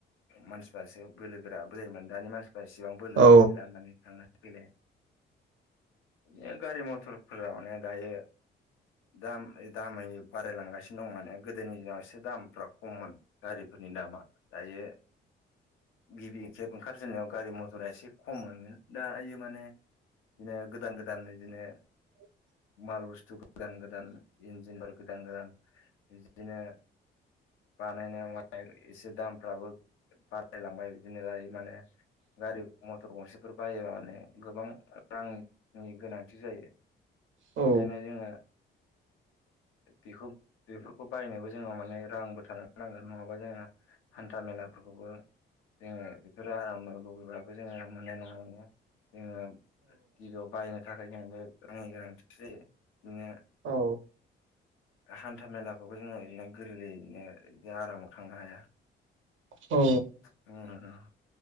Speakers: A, on the left; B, on the right.
A: मानसिफ्रासो बोलो गोराबो जायोमोन दानि मानसि फोरा एसेबां बोलोबबो
B: औ
A: गैला होननानै थांलाय फैलाय बिदिनो गारि मथर फोरावाने दायो दाम दामै बारायलांगासिनो दं माने गोदोनि दिनाव एसे दामफ्रा खममोन गारिफोरनि दामा दायो गिबि खेब ओंखारजेननायाव गारि मथरा एसे खममोनो दाइयो माने बिदिनो गोदान गोदान इदिनो
B: <inaudible>
A: माल बुस्थु गोदान गोदान इन्जिनफोर गोदान गोदान बिदिनो बानायनायाव माने एसे दामफ्राबो बारायलांबाय बिदिनो दायो माने गारि मथर गंसेफोर बायोबा माने गोबां रांनि गोनांथि जायो
B: औ
A: ओंखायनो जोङो बेखौ बेफोरखौ बायनोबो जोंनाव माने रांबो थानो नांगोन नङाबा जोंहा हान्था मेलाफोरखौबो जोङो बेफोरो आराम लगैबो जोङो आराम मोननाय नङा जोङो गिबियाव बायनो थाखाय जों बे रांनि गोनांथि जायो बिदिनो
B: औ।
A: हान्था मेलाखौबो जोङो बिदिनो गोरलैलैयनो आरामाव थांनो हाया।
B: औ।
A: <unintelligible>